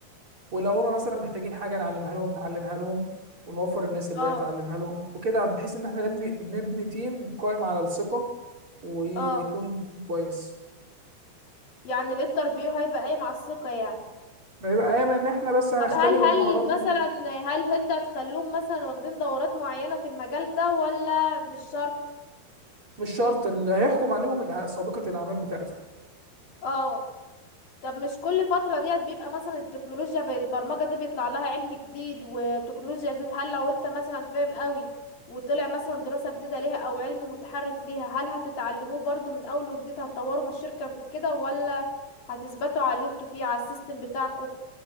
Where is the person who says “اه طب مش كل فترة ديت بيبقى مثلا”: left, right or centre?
Left